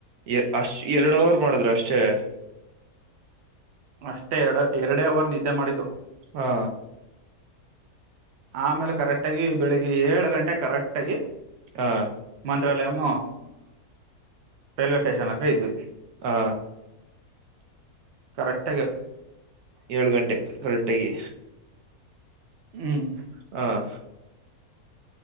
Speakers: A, on the right; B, on the right.
A: ಎ ಅಷ್ಟ್ ಎರಡು ಅವರ್ ಮಾಡಿದ್ರ ಅಷ್ಟೇ.
B: ಅಷ್ಟೇ ಎರಡ ಎರಡೇ ಅವರ್ ನಿದ್ದೆ ಮಾಡಿದ್ದು.
A: ಹಾ
B: ಆಮೇಲೆ ಕರೆಕ್ಟ್ ಆಗಿ, ಬೆಳಿಗ್ಗೆ ಏಳು ಗಂಟೆ ಕರೆಕ್ಟ್ ಆಗಿ
A: ಹಾ
B: ಮಂತ್ರಾಲಯಮ ರೈಲ್ವೆ ಸ್ಟೇಷನ್ ಇದ್
A: ಹಾ
B: ಕಕ್ಟ್
A: ಏಳು ಗಂಟೆ ಕರಕ್ಟಾಗೆ
B: ಹ್ಮ್
A: ಹ್ಮ್